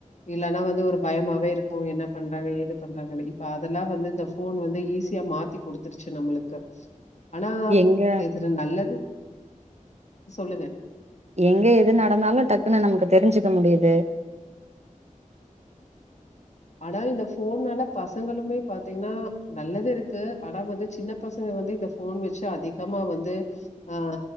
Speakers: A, on the left; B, on the right.
A: இல்லன்னா வந்து ஒரு பயமாவே இருக்கு என்ன பண்றாங்க ஏது பண்றாங்கன்னு இப்ப அதெல்லா வந்து இந்த ஃபோன் வந்து ஈஸியா மாத் த்தி குடுத்துருச்சு நம்மளுக்கு ஆனா
B: எங்க
A: இதுல நல்லது சொல்லுங்க
B: எங்க எது நடந்தாலு டக்குனு நமக்கு தெரிஞ்சுக்க முடியுது
A: ஆனா இந்த ஃபோன்னால பசங்களுமே பாத்தீங்கன்னா நல்லது இருக்கு ஆனா வந்து சின்ன பசங்க வந்து இந்த ஃபோன் வச்சு அதிகமா வந்து ஆ